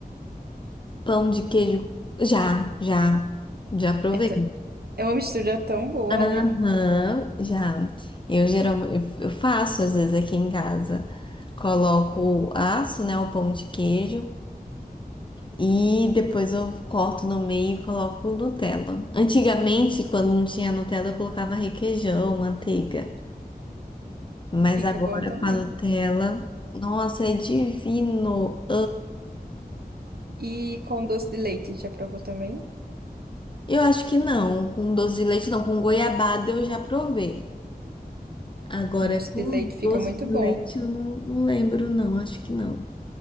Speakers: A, on the left; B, on the right.
A: Pão de queijo. Já, já. Já provei.
B: É t- é uma mistura tão boa,
A: Aham,
B: né?
A: já. Eu geralmente eu eu faço às vezes aqui em casa. Coloco aço, né, o pão de queijo e depois eu corto no meio e coloco Nutella. Antigamente, quando não tinha Nutella, eu colocava requeijão, manteiga. Mas
B: Fica
A: agora
B: bom também.
A: com a Nutella, nossa, é divino.
B: E com doce de leite, já provou também?
A: Eu acho que não, com doce de leite não, com goiabada eu já provei. Agora,
B: Com doce
A: é com
B: de leite fica
A: doce
B: muito
A: de
B: bom.
A: leite, eu não, não lembro, não, acho que não.